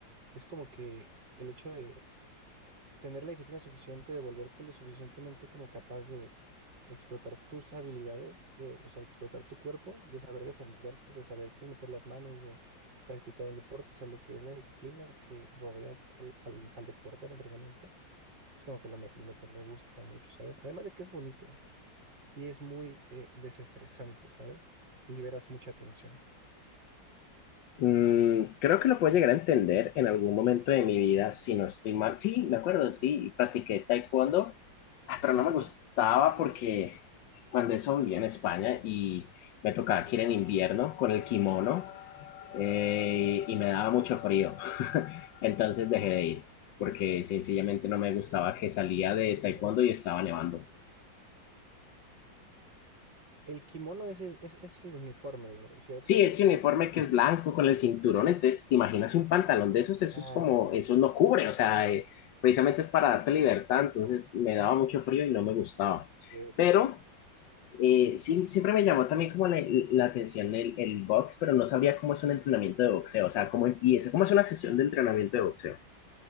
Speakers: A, on the right (about 70°); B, on the left (about 70°).
A: es como que el hecho de tener la disciplina suficiente de volverte lo suficientemente como capaz de explotar tus habilidades, de, o sea, de explotar tu cuerpo, de saber defenderte, de saber pues meter las manos, de practicar un deporte, o sea, lo que es la disciplina que rodea al, al- al deporte, al entrenamiento, es como que lo, me- lo que me gusta mucho, ¿sabes? Además de que es bonito y es muy eh, desestresante, ¿sabes? Liberas mucha tensión.
B: Mm, creo que lo puedo llegar a entender en algún momento de mi vida, si no estoy mal. Sí, me acuerdo, sí, practiqué taekwondo, ah, pero
A: Ok.
B: no me gustaba porque cuando eso vivía en España y me tocaba aquí en invierno con el kimono eh, y me daba mucho frío. <laughs> Entonces dejé de ir porque sencillamente no me gustaba que salía de
A: Ok.
B: taekwondo y estaba nevando.
A: El kimono es, es, es- es el uniforme, ¿verdad? ¿Cierto?
B: Sí, ese uniforme que es blanco con el cinturón, entonces, ¿te imaginas un pantalón de esos? Eso
A: Ah,
B: es como,
A: ok, ya.
B: eso no cubre, o sea, eh, precisamente es para darte libertad, entonces me daba mucho frío y no me gustaba.
A: ok,
B: Pero eh, sí, siempre me llamó también como la, la atención el, el box, pero no sabría cómo es un entrenamiento de boxeo, o sea, cómo empieza, cómo es una sesión de entrenamiento de boxeo.